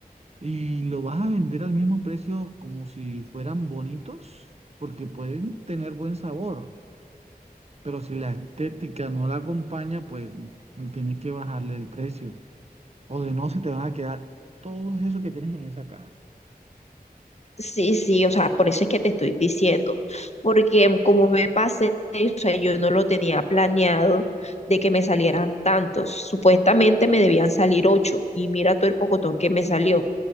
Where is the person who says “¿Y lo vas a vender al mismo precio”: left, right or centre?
Right